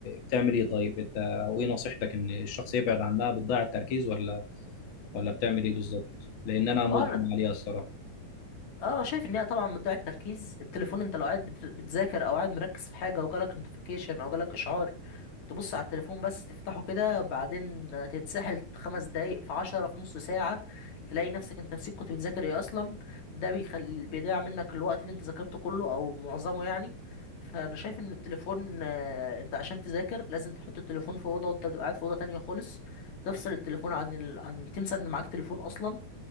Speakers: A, on the left; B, on the left.
A: بتعمل ايه طيب انت وايه نصيحتك ان الشخص يبعد عنها بتضيع التركيز ولا ولا بتعمل ايه بالظبط لان انا مدمن
B: اه انا
A: عليها الصراحه
B: اه شايف ان هي طبعا بتضيع التركيز التليفون انت لو قاعد بت- بتذاكر او قاعد مركز في حاجه وجالك نوتيفيكيشن او جالك اشعار تبص على التليفون بس تفتحه كده بعدين تتسحل خمس دقايق في عشرة في نص ساعة تلاقي نفسك انت نسيت كنت بتذاكر ايه اصلا ده بيخلي بيضيع منك الوقت اللي انت ذاكرته كله او معظمه يعني فانا شايف ان التليفون آه، انت عشان تذاكر لازم تحط التليفون في اوضه وانت تبقى قاعد في اوضه تانية خالص تفصل التليفون عن ال... عن تنسى ان معاك تليفون اصلا